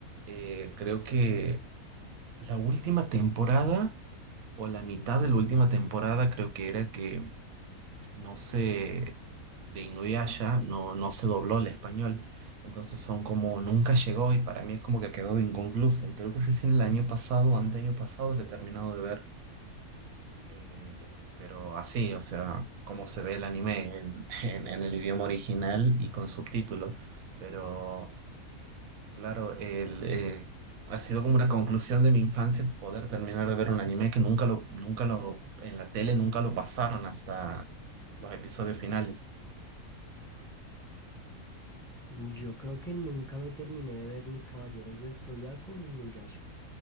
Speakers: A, on the right; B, in the centre.
A: eh, creo que la última temporada o la mitad de la última temporada creo que era que no sé de Inuyasha no, no se dobló el español. Entonces son como nunca llegó y para mí es como que quedó inconclusa. Y creo que recién el año pasado, o anteaño pasado, le he terminado de ver. Eh, pero así, o sea, como se ve el anime en, <laughs> en- en el idioma original y con subtítulos. Pero claro, el, eh, ha sido como una conclusión de mi infancia poder terminar de ver un anime que nunca lo, nunca lo, en la tele nunca lo pasaron hasta los episodios finales.
B: Yo creo que nunca me terminé de ver ni Caballeros del Zodiaco ni Nuyasha.